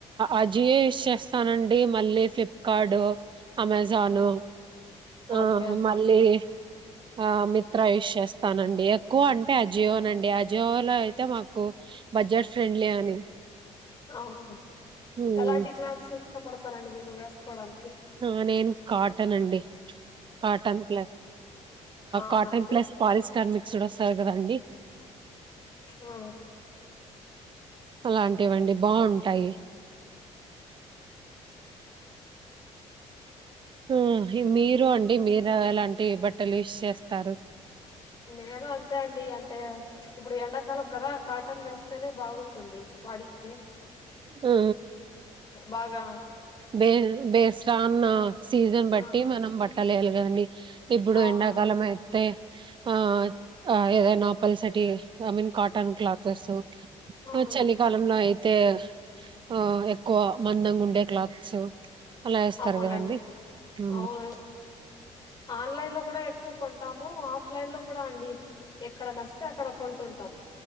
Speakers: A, on the right; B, on the left.
A: అజి యూస్ చేస్తానండి మళ్ళీ ఫ్లిప్కార్డు అమెజాను ఆ
B: ఓకే
A: మళ్ళీ ఆ మిత్ర యూష్ చేస్తానండి ఎక్కువ అంటే అజియోనండి అజియోలో అయితే మాకు బడ్జెట్ ఫ్రెండ్లీ అని
B: అవును
A: హ్మ్.
B: ఎలాంటి క్లాత్స్ ఇష్టపడతారండి మీరు వేసుకోవడానికి
A: హు నేను కాటన్ అండి కాటన్ ప్లస్
B: అవునా
A: కాటన్
B: అండి
A: ప్లస్ పాలిస్టర్ మీ చూడసరు కదండి
B: ఆ
A: అలాంటివండి బాగుంటాయి ఉ హి మీరు అండి మీరు అలాంటి బట్టలు యూస్ చేస్తారు
B: నేను అంతే అండి అంటే ఇప్పుడు ఎండాకాలం కదా కాటన్ వేస్తేనే బాగుంటుంది వాడికి
A: ఉ ఉ
B: బాగా
A: బే బేస్ రాన్న సీజన్ బట్టి
B: ఆ
A: మనం బట్ కల్లెలలుగా అండి ఇప్పుడు
B: అవునండి
A: ఎండాకాలం అయితే అ ఏద నాపల్సటి ఐ మీన్ కాటన్ క్లాత్స్
B: అవును
A: చలి కాలంలో అయితే ఆ ఎక్కువ మందంగా ఉండే క్లాత్స్ అలా వేస్తారు
B: అవునండి
A: కదండి ఉ
B: అవును ఆన్లైన్ లో కూడా ఎక్కువ కొంటాము ఆఫ్లైన్ లో కూడా అండి ఎక్కడ నస్తే అక్కడ కొంటుంటాం